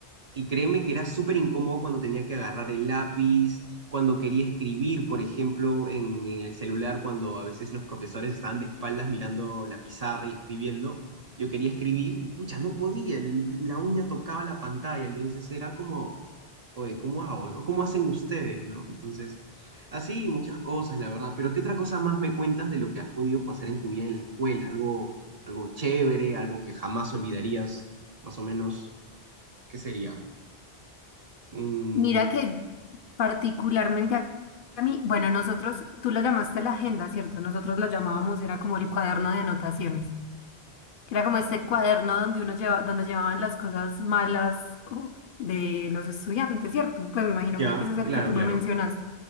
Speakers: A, on the right (about 45°); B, on the left (about 65°).
A: Y créeme que era súper incómodo cuando tenía que agarrar el lápiz, cuando quería escribir, por ejemplo, en, en el celular, cuando a veces los profesores estaban de espaldas mirando la pizarra y escribiendo. Yo quería escribir y pucha, no podía, el- la uña tocaba la pantalla, entonces era como, oye, ¿cómo hago, no? ¿Cómo hacen ustedes, no? Entonces, así muchas cosas, la verdad. Pero ¿qué otra cosa más me cuentas de lo que has podido pasar en tu vida en la escuela? Algo, algo chévere, algo que jamás olvidarías, más o menos, ¿qué sería? Mm,
B: Mira que Particularmente a mí, bueno, nosotros, tú lo llamaste la agenda, ¿cierto? Nosotros lo llamábamos, era como el cuaderno de anotaciones, que era como ese cuaderno donde uno lleva, donde llevaban las cosas malas o, de los estudiantes, ¿cierto? Pues me imagino
A: ya,
B: que ese es el
A: claro,
B: que tú
A: claro.
B: me mencionaste.